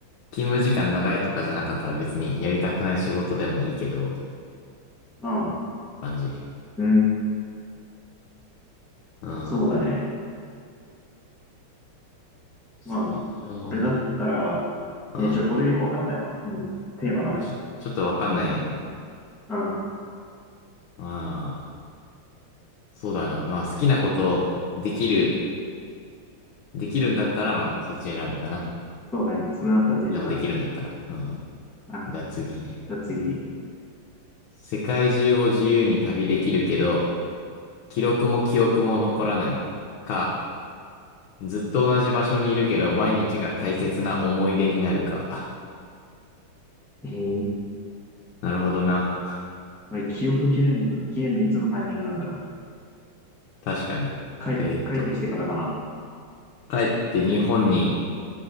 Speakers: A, on the left; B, in the centre.
A: 勤務時間長いとかじゃなかったら別にやりたくない仕事でもいいけど、
B: うん、
A: 感じ。
B: うん、
A: うん。
B: そうだね。まあ、
A: 一緒な。
B: これだったら、
A: うん。
B: ね、ちょ、これよくわかんないわ。うん、テーマが。
A: これちょ、ちょっとわかんないね。
B: うん。
A: まあ、そうだな。まあ好きなことできる。できるんだったら、まあ、そっち選ぶかな。
B: そうね。それだったら全書だね。
A: でもできるんだったら。うんうん。
B: うん。
A: じゃあ次ね。
B: じゃあ次。
A: 世界中を自由に旅できるけど、記録も記憶も残らない。か、ずっと同じ場所にいるけど、毎日が大切な思い出になるか。
B: えー、
A: <laughs> なるほどな。
B: これ記憶切れんの、消えんのいつのタイミングなんだろう。
A: 確かに。
B: 帰、
A: えーっと、
B: 帰ってきてからかな。
A: 帰って日本に